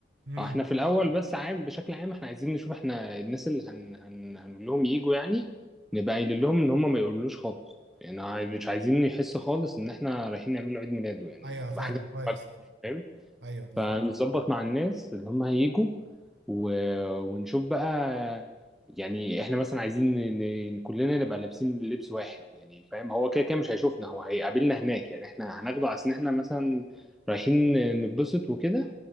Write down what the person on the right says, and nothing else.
امم
ايوه
فعلا
كويس
ايوه بالظبط